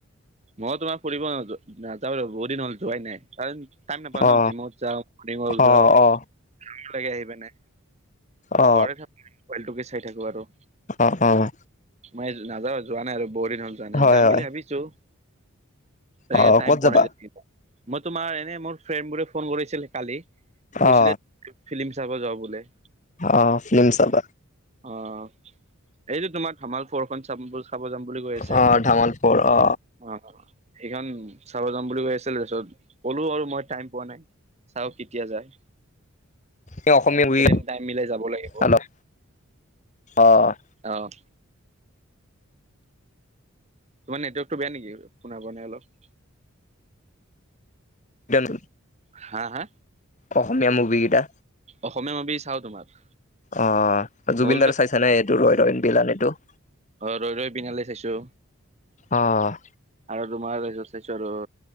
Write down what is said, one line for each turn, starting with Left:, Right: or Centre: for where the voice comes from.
Right: মই তোমাৰ ফুৰিব নয নাযাওঁৱে বহুত দিন হল যোৱাই নাই কাৰণ- টাইম নাপাওঁ
Left: অ
Right: ন জিমত যাওঁ মৰ্ণিংৱাকত
Left: অ অ
Right: যাওঁ টান লাগে আহি পিনে।
Left: অ
Right: ঘৰতে থাকো মোবাইলটোকে চাই থাকো আৰু।
Left: অঁ অঁ'
Right: মই নাযাওঁ যোৱা নাই আৰু বহু দিন হল যোৱা নাই
Left: হয়
Right: যাম
Left: হয়
Right: বুলি ভাবিছো। তাকে
Left: অ
Right: টাইম
Left: ক'ত
Right: পোৱা
Left: যাবা
Right: নাই মই তোমাৰ এনেই মোৰ ফ্ৰেণ্ড বোৰে ফোন কৰিছিলে কালি। কৈছিলে
Left: অ
Right: ফিল্ম চাব যাওঁ বোলে।
Left: অঁ ফিলিম চাব।
Right: অঁ এইটো তোমাৰ ধামাল ফৰখন চাম ব'ল। চাব যাম বুলি কৈ আছে।
Left: অ ধামাল ফৰ অ
Right: অঁ অঁ সেইখন চাব যাম বুলি কৈ আছিল তাৰপিছত কলো আৰু মই টাইম পোৱা নাই। চাও কেতিয়া যায়,
Left: এই অসমীয়া মুভি
Right: এদিন টাইম মিলাই যাব লাগিব।
Left: অলপ অ'
Right: অঁ' তোমাৰ নেট ৱৰ্কটো বেয়া নেকি শুনা পোৱা নাই অলপ।
Left: তেন-
Right: হাঁ হাঁ।
Left: অসমীয়া মুভি গিটা।
Right: অসমীয়া মুভি চাওঁ তোমাৰ।
Left: অঁ জুবিনদাৰ
Right: মংগলদৈ
Left: চাইছ নে এইটো ৰৈ ৰৈ বিনালে টো।
Right: অ' ৰৈ ৰৈ বিনালে চাইছো।
Left: অঁ'
Right: আৰু তোমাৰ চাইছোঁ আৰু।